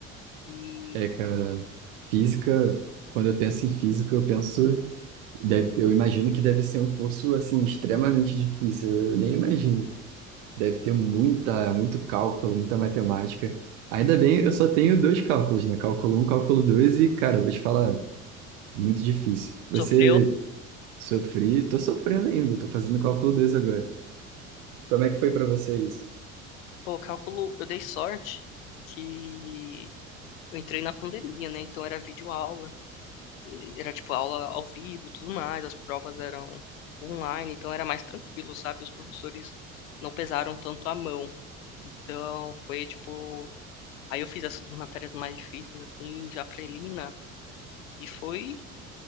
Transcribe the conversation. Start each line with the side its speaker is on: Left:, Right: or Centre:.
Left: E
Right: É, cara, física, quando eu penso em física, eu penso, deve- eu imagino que deve ser um curso, assim, extremamente difícil. Eu nem imagino. Deve ter muita, muito cálculo, muita matemática. Ainda bem, eu só tenho dois cálculos, né? Cálculo um cálculo 2 e, cara, vou te falar, muito difícil. Você
Left: sofreu,
Right: sofri, tô sofrendo ainda, tô fazendo cálculo 2 agora. Como é que foi pra você isso?
Left: pô, cálculo, eu dei sorte que eu entrei na pandemia, né? Então era videoaula. era tipo aula ao vivo, tudo mais, as provas eram online, então era mais tranquilo, sabe? Os professores não pesaram tanto a mão. Então foi tipo, aí eu fiz essas matérias mais difíceis assim, já pra eliminar. E foi,